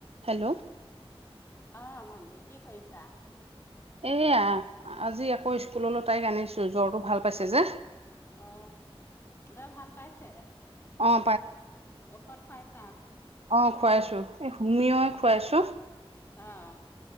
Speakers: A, on the right; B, on the left.
A: Hello
B: অ ভণ্টি কি কৰিছা
A: এয়া আজি আকৌ স্কুললৈ তাইক আনিছো জ্বৰটো ভাল পাইছে যে
B: অ দই ভাল পাইছে
A: অঁ
B: ঔষধ খুৱাইছে
A: অ খুৱাইছো এই হুমিই খুৱাইছো
B: অঁ